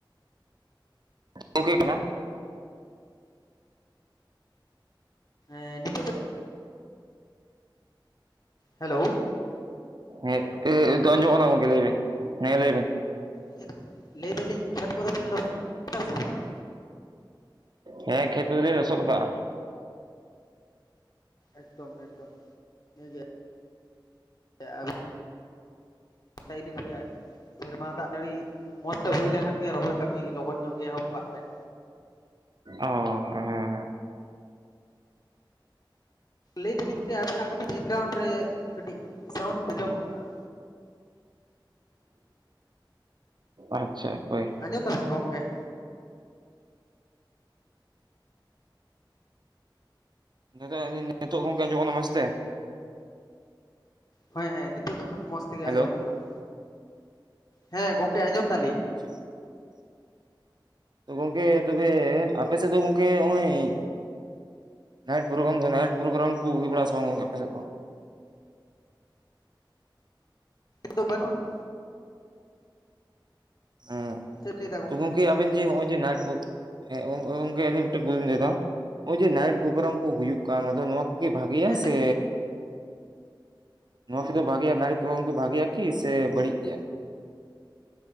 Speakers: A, on the right; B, on the left.
A: <unintelligible> ᱜᱮ ᱠᱟᱱᱟ,
B: ᱦᱮᱸ ᱱᱤᱛᱳᱜ <unintelligible> ᱦᱮᱞᱳᱣ
A: ᱦᱮᱸᱜ ᱮᱜ ᱱᱤᱛᱚᱜ ᱟᱸᱡᱚᱢᱟᱜ ᱠᱟᱱᱟ ᱜᱚᱢᱠᱮ ᱞᱟᱹᱭᱵᱮᱱ ᱦᱮᱸ ᱞᱟᱹᱭᱵᱮᱱ,
B: ᱞᱟᱹᱭ, ᱞᱟᱹᱭ ᱫᱟᱞᱤᱧ ᱠᱷᱮᱛ ᱠᱚᱫᱚ ᱵᱮᱱ ᱞᱚᱥᱚᱫ ᱠᱮᱫᱟ ᱥᱮ ᱵᱟᱝ?
A: ᱦᱮᱸ ᱠᱷᱮᱛ ᱠᱚᱫᱚᱞᱤᱧ ᱞᱚᱥᱚᱫ ᱠᱟᱜ-ᱟ᱾
B: ᱮᱠᱫᱚᱢ-ᱮᱠᱫᱚᱢ ᱤᱱᱟᱹ ᱜᱮᱼᱼ ᱪᱟᱜ-ᱟᱢᱼᱼ ᱟᱫᱚ ᱤᱱᱟᱹ ᱠᱷᱚᱱ ᱜᱮ <unintelligible> ᱥᱮᱨᱢᱟ ᱫᱟᱜ ᱡᱟᱹᱲᱤ ᱢᱚᱸᱡᱽ ᱛᱮ ᱦᱩᱭ ᱞᱮᱠᱷᱟᱱ ᱜᱮ ᱨᱚᱦᱚᱭ ᱠᱟᱹᱢᱤ ᱞᱚᱜᱚᱱ ᱧᱚᱜ ᱜᱮ ᱮᱦᱚᱵ ᱠᱟᱜ ᱵᱮᱱ᱾
A: ᱚ ᱦᱮᱸ-ᱦᱮᱸ
B: ᱞᱟᱹᱭ ᱫᱟᱞᱤᱧ ᱯᱮ ᱟᱵᱮᱱᱟᱜ ᱠᱟᱹᱴᱤᱡ ᱵᱮᱜᱽᱜᱨᱟᱣᱩᱱ ᱨᱮ ᱠᱟᱹᱴᱤᱡ ᱥᱟᱣᱩᱱᱰ ᱠᱚ ᱡᱚᱢᱚᱜ ᱠᱟᱱᱟ᱾
A: ᱟᱪᱪᱷᱟ ᱦᱳᱭ
B: ᱟᱸᱡᱚᱢ ᱫᱟᱵᱮᱱ ᱜᱚᱝᱠᱮ?
A: ᱫᱟᱫᱟ ᱟᱫᱚ ᱱᱤᱛᱚᱜ ᱜᱚᱢᱠᱮ ᱟᱸᱡᱚᱢᱚᱜ ᱠᱟᱱᱟ ᱢᱚᱪᱛᱮ,
B: ᱦᱳᱭ ᱦᱮᱸ ᱱᱤᱛᱚᱜ ᱫᱚ ᱠᱷᱟᱱ ᱢᱚᱸᱡᱽ ᱛᱮᱜᱮ
A: ᱦᱮᱞᱳ
B: ᱟᱸᱡᱚᱢᱚᱜ ᱠᱟᱱᱟ ᱦᱮᱸ ᱜᱚᱝᱠᱮ ᱟᱸᱡᱚᱢ ᱫᱟᱞᱤᱧ,
A: <inaudible> ᱛᱚ ᱜᱚᱝᱠᱮ ᱛᱚᱵᱮ ᱟᱯᱮ ᱥᱮᱫ ᱫᱚ ᱜᱚᱝᱠᱮ ᱱᱚᱜ-ᱚᱭᱼᱼ ᱱᱟᱭᱤᱴ ᱯᱨᱳᱜᱽᱨᱟᱢ ᱠᱚ ᱱᱟᱭᱤᱴ ᱯᱨᱳᱜᱽᱨᱟᱢ ᱠᱚ ᱦᱩᱭ ᱵᱟᱲᱟᱜ ᱟᱥᱮ ᱵᱟᱝ ᱜᱚᱝᱠᱮ ᱟᱯᱮ ᱥᱮᱫ ᱠᱚ?
B: <unintelligible> ᱫᱚ ᱵᱟᱹᱱᱩᱜ-ᱟ,
A: ᱩᱸ
B: ᱪᱮᱫ ᱞᱟᱹᱭ ᱫᱟ
A: ᱛᱚ ᱜᱚᱝᱠᱮ ᱟᱵᱮᱱ ᱡᱮ ᱱᱚᱜ-ᱚᱭ ᱡᱮ ᱱᱟᱭᱤᱴ ᱯᱳᱼᱼ ᱮᱸ <unintelligible> ᱜᱚᱢᱠᱮ ᱟᱞᱤᱧ ᱢᱤᱫᱴᱮᱱ ᱠᱩᱠᱞᱤᱧ ᱞᱟᱹᱭ ᱮᱫᱟ ᱱᱚᱜ-ᱚᱭ ᱡᱮ ᱱᱟᱭᱤᱴ ᱯᱨᱳᱜᱽᱨᱟᱢ ᱠᱚ ᱦᱩᱭᱩᱜ ᱠᱟᱱ ᱟᱫᱚ ᱱᱚᱣᱟᱼᱼ ᱣᱟ ᱠᱤ ᱵᱷᱟᱜᱮᱭᱟ
B: ᱦᱮᱸ
A: ᱥᱮᱻ ᱱᱚᱣᱟ ᱠᱚᱫᱚ ᱵᱷᱟᱜᱮᱭᱟ ᱱᱟᱭᱤᱴ ᱯᱨᱳᱜᱽᱨᱟᱢ ᱠᱚ ᱵᱷᱟᱜᱮᱭᱟᱠᱤ ᱥᱮ ᱵᱟᱹᱲᱤᱡ ᱜᱮᱭᱟ?